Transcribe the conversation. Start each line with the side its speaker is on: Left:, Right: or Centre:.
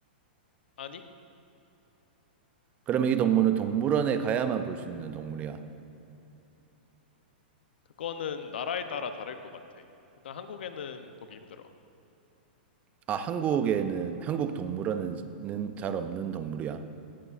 Left: 아니,
Right: 그러면 이 동물은 동물원에 가야만 볼 수 있는 동물이야.
Left: 그거는 나라에 따라 다를 것 같아. 일단 한국에는 보기 힘들어.
Right: 아, 한국에는, 한국 동물원에는 잘 없는 동물이야.